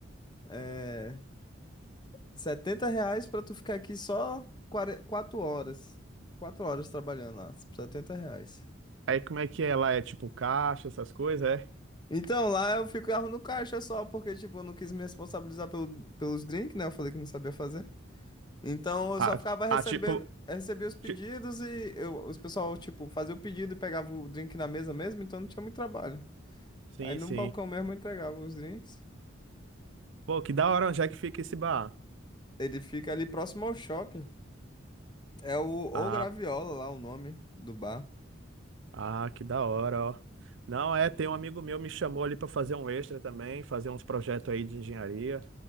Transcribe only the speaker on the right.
Aí como é que é lá? É tipo caixa, essas coisas, é?
Ah,
ah, tipo.
ti-
Sim,
sim.
Pô, que da hora, onde é que fica esse bar?
Ah,
ah, que da hora, ó. Não, é, tem um amigo meu me chamou ali pra fazer um extra também, fazer uns projetos aí de engenharia.